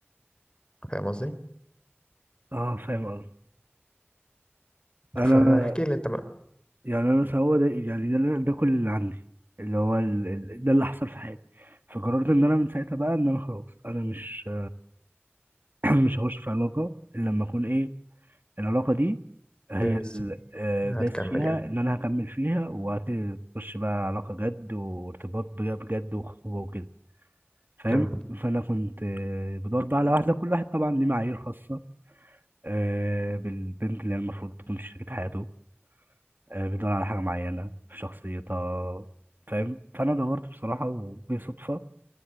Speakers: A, on the left (about 20°); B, on the right (about 50°).
A: فاهم قصدي
B: اه فاهم قصدي انا
A: فاحكي لي انت بقى
B: يعني انا بس هو ده يعني ده, اللي- ده كل اللي عندي اللي هو ال... ال- ده اللي حصل في حياتي فقررت ان انا من ساعتها بقى ان انا خلاص انا مش <clears throat> مش هخش في علاقة إلا لما أكون إيه العلاقة دي هي
A: جاهز
B: ال- آه،
A: هتكمل
B: داس فيها
A: يعني
B: إن أنا هكمل فيها وهتخش بقى علاقة جد وارتباط بج- بجد وخطوبة وكده فاهم
A: اه
B: فأنا كنت آه، بدور بقى على واحدة كل واحد طبعا ليه معايير خاصة آه، بالبنت اللي هي المفروض تكون في شريكة حياته آه، بيدور على حاجة معينة في شخصيتها فاهم فأنا دورت بصراحة وبصدفة